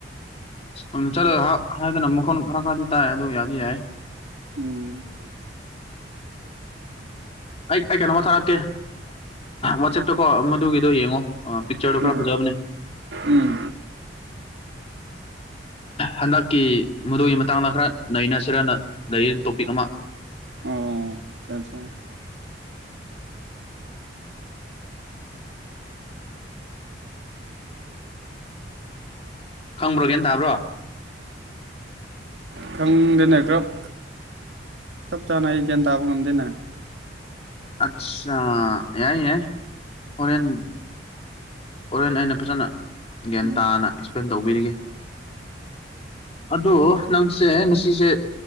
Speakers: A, on the left; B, on the right.
A: ꯑꯗꯨ ꯆꯠꯂ ꯍꯥꯏꯗꯅ ꯃꯈꯣꯟ ꯈꯔ ꯈꯔꯗꯤ ꯇꯥꯏ ꯑꯗꯨ ꯌꯥꯗꯤ ꯌꯥꯏ
B: ꯎꯝ
A: ꯑꯩ ꯑꯩ ꯀꯩꯅꯣꯝꯃ ꯊꯥꯔꯛꯀꯦ ꯋꯥꯆꯦꯞꯇ ꯀꯣ ꯃꯗꯨꯒꯤ ꯗꯣ ꯌꯦꯡꯉꯣ ꯄꯤꯛꯆꯔꯗꯣ ꯈꯔ
B: ꯎꯝ
A: ꯐꯖꯕꯅꯦ
B: ꯎꯝ
A: ꯍꯟꯗꯛꯀꯤ ꯃꯗꯨꯒꯤ ꯃꯇꯥꯡꯗ ꯈꯔ ꯅꯩꯅꯁꯤꯔꯅ ꯂꯩ ꯇꯣꯄꯤꯛ ꯑꯃ
B: ꯑꯣ ꯑꯆꯥ ꯑꯆꯥ
A: ꯈꯪꯕ꯭ꯔꯣꯒ꯭ꯌꯥꯟ ꯇꯥꯕ꯭ꯔꯣ
B: ꯈꯪꯗꯦꯅꯦ ꯔꯕ ꯆꯞ ꯆꯥꯅ ꯑꯩ ꯒꯌꯥꯟ ꯇꯥꯕ ꯉꯝꯗꯦꯅꯦ
A: ꯑꯆꯥꯥ ꯌꯥꯏ ꯌꯥꯏ ꯍꯣꯔꯦꯟ ꯍꯣꯔꯦꯟ ꯑꯩꯅ ꯐꯖꯅ ꯒ꯭ꯌꯥꯟ
B: ꯎꯝ
A: ꯇꯥꯅ ꯑꯦꯛꯁꯄ꯭ꯂꯦꯟ ꯇꯧꯕꯤꯔꯤꯒꯦ ꯑꯗꯣ ꯅꯪ ꯁꯁꯦ ꯉꯁꯤꯁꯦ